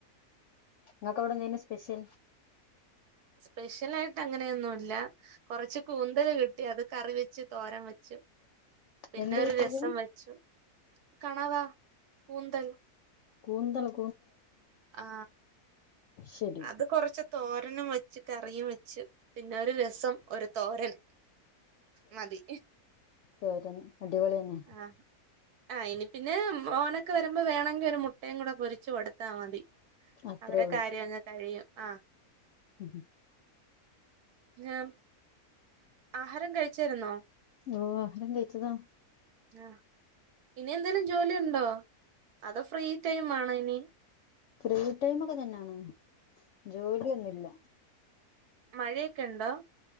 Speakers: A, on the left; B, on the right.
A: നിങ്ങക്ക് എവിടെന്നെ സ്പെഷ്യൽ?
B: സ്പെഷ്യൽ ആയിട്ട് അങ്ങനെയൊന്നു ഇല്ല. കൊറച്ച് കൂന്തൽ കിട്ടി അത് കറി വെച്ച് തോരൻ വെച്ചു. പിന്നെ
A: എന്ത്
B: ഒരു
A: കിട്ടിയത്
B: രസം വെച്ചു. കണവ കൂന്തൽ
A: കൂന്തലൊ?
B: ആ
A: ശരി
B: അത് കൊറച്ച് തോരനും വെച്ച് കറിയും വെച്ച്. പിന്നെ ഒരു രസം ഒരു തോരൻ മതി.
A: തോരൻ അടിപൊളിയന്നെ
B: ആ ആ ഇനി പിന്നെ ബ്രോനൊക്കെ വരുമ്പോ വേണെങ്കിൽ ഒരു മുട്ടയും കൂടെ പൊരിച്ചു കൊടുത്താ മതി.
A: അത്രേ
B: അവരെ കാര്യങ്ങ് കഴിയും ആ
A: ഉം
B: ഞാം ആഹാരം കഴിച്ചിരുന്നോ?
A: ഓ ആഹാരം കഴിച്ചതാ.
B: ആ ഇനി എന്തേങ്കലും ജോലി ഉണ്ടോ? അതൊ ഫ്രീ ടൈം ആണൊ ഇനി?
A: ഫ്രീ ടൈമ് ഒക്കെ തന്നെയാണ് ജോലിയൊന്നുമില്ല.
B: മഴയൊക്കെ ഇണ്ടോ?